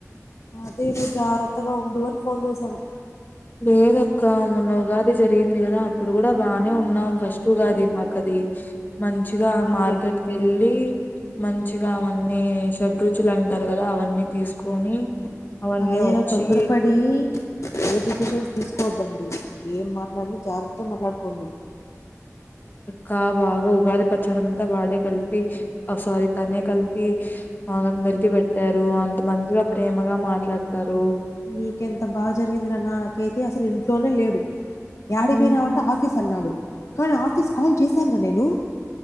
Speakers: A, on the left (about 60°); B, on the left (about 35°).
A: అదే నువ్ జాగ్రత్తగా ఉండు అని ఫోన్ చేశాను
B: లేదక్కా మొన్న ఉగాది జరిగింది గదా అప్పుడు గుడా బానే ఉన్నాం ఫస్ట్ ఉగాది మాక్ అది మంచిగా
A: అవునులే
B: మార్కెట్ కెళ్ళీ మంచిగా అవన్నీ షడ్రుచులు అంటా గదా అవన్నీ తీసుకొని అవన్నీ
A: అదేరా
B: వచ్చీ
A: తొందరపడి ఏ <unintelligible> తీసుకోవద్దండి ఏం మాట్లాడిన జాగ్రత్త మాట్లాడుకోండి
B: కా బాగా ఉగాది పచ్చడంతా వాడే కలిపి ఆ సారి తనే కలిపి మ అందరికి పెట్టారు అంత మంచిగా ప్రేమగా మాట్లాడతారు
A: నీకెంత బాగా జరిగిందిరా నాకైతే అసలు ఇంట్లోనే లేడు యాడి
B: ఉమ్
A: పోయినావంటే ఆఫీస్ కన్నాడు కానీ ఆఫీస్ కాల్ చేశాను రా నేను